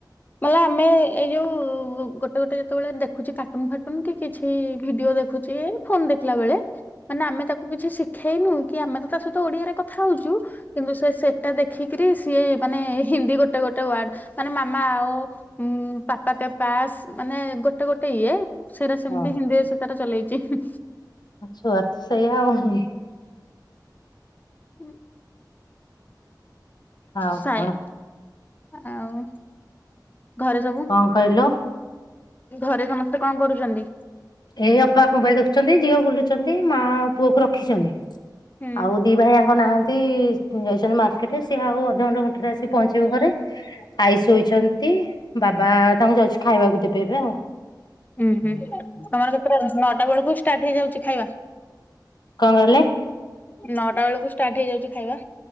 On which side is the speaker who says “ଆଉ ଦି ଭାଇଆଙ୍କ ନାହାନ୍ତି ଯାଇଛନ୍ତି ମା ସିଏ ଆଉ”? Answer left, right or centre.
Left